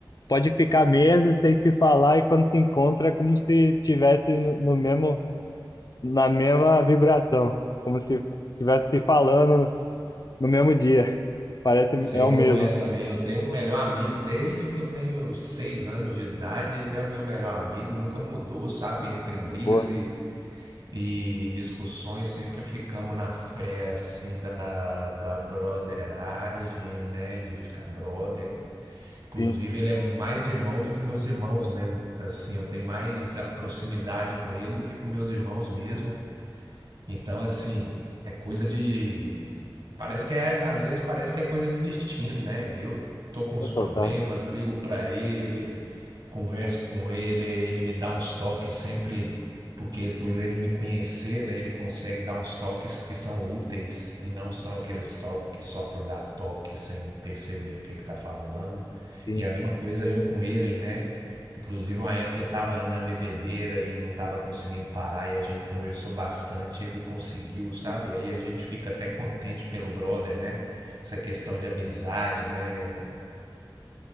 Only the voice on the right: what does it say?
Sei
como
é também. Eu tenho um melhor amigo desde que eu tenho seis anos de idade. Ele é meu melhor amigo, nunca mudou, sabe? Entre brigas
e, e discussões, sempre ficamos na fé, assim, da, da brotheragem, né? De ficar brother. Inclusive,
ele é mais irmão do que meus irmãos, né? Assim, eu tenho mais a proximidade com ele do que com meus irmãos mesmo. Então, assim, é coisa de. Parece que é, às vezes parece que é coisa de destino, né? Eu tô com os
problemas,
ligo pra ele, converso com ele, ele me dá uns toques sempre, porque por ele me conhecer, né, ele consegue dar uns toques que são úteis e não são aqueles toques só por dar toque sem perceber o que que tá falando.
E a mesma coisa eu com ele, né? Inclusive, uma época eu tava na bebedeira e não tava conseguindo parar, e a gente conversou bastante, ele conseguiu, sabe? Aí a gente fica até contente pelo brother, né? Essa questão de amizade, né?